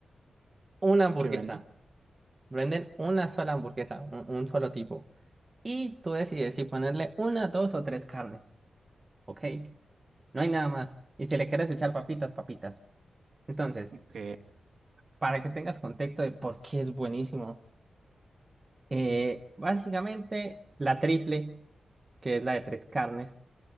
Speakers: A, on the right (about 25°); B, on the right (about 60°).
A: una hamburguesa.
B: ¿Qué venden?
A: Venden una sola hamburguesa, un, un solo tipo. Y tú decides si ponerle una, dos o tres carnes. ¿Ok? No hay nada más. Y si le quieres echar papitas, papitas. Entonces,
B: Ok.
A: para que tengas contexto de por qué es buenísimo, eh, básicamente la triple, que es la de tres carnes,